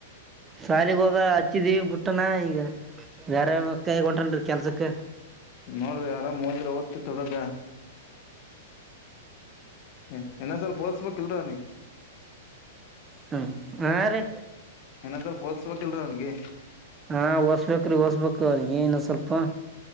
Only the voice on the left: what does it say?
ನೋಡ್ರಿ ಆರಾಮ್ ಹೋದ್ರಿಓದ್ ತೊಡಗ ಹ ಇನ್ನಸಲ್ ಲ್ಸ್ಬೇಕಕ್ ಇಲ್ರ ನೀ
ಏನಸರ್ ಪೋಲ್ಸ್ಬಟ್ಟಲ್ರ ಅವನಗೆ